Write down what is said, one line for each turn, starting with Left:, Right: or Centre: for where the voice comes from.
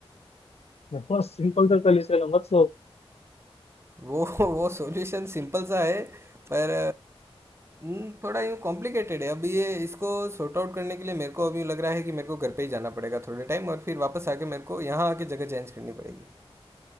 Left: बहुत सिंपल सा सोल्यूशन है मत सो
Right: वो वो सॉल्यूशन सिंपल सा है पर हम्म, थोड़ा यूँ कॉम्प्लिकेटेड है अब ये इसको सॉर्ट आउट करने के लिए मेरे को अभी यूँ लग रहा है कि मेरे को घर पे ही जाना पड़ेगा थोड़े टाइम और फिर वापस आके मेरे को यहाँ आके जगह चेंज करनी पड़ेगी